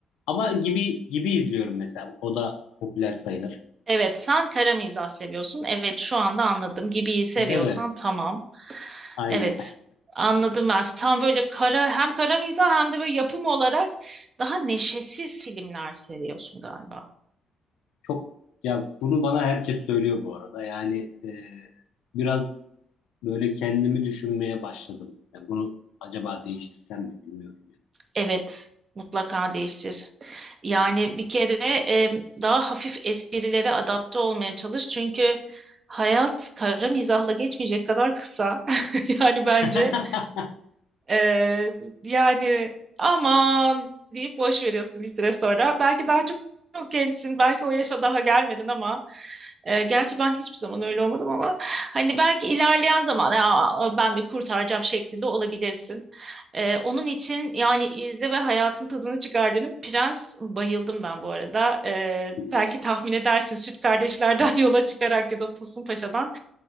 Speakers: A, on the left (about 85°); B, on the right (about 40°).
A: Ama gibi gibi izliyorum mesela. O da popüler sayılır.
B: Evet, sen kara mizah seviyorsun. Evet, şu anda anladım. Gibiyi seviyorsan
A: Değil mi?
B: tamam.
A: Aynen.
B: Evet, anladım ben. Sen böyle kara hem kara mizah hem de böyle yapım olarak daha neşesiz filmler seviyorsun galiba.
A: Çok ya bunu bana herkes söylüyor bu arada. Yani e, biraz böyle kendimi düşünmeye başladım. Yani bunu acaba değiştirsem mi bilmiyorum.
B: Evet, mutlaka değiştir. Yani bir kere e, daha hafif esprilere adapte olmaya çalış. Çünkü hayat kara mizahla geçmeyecek kadar kısa. <laughs> Yani bence.
A: <laughs>
B: Ee, yani aman deyip boş veriyorsun bir süre sonra. Belki daha çok, çok gençsin, belki o yaşa daha gelmedin ama e, gerçi ben hiçbir zaman öyle olmadım ama hani belki ilerleyen zaman ya, ben bir kurtaracağım şeklinde olabilirsin. Ee, onun için yani izle ve hayatın tadını çıkar dedim. Prens bayıldım ben bu arada. Ee,
A: Hmm.
B: belki tahmin edersin Süt Kardeşler'den <laughs> yola çıkarak ya da Tosun Paşa'dan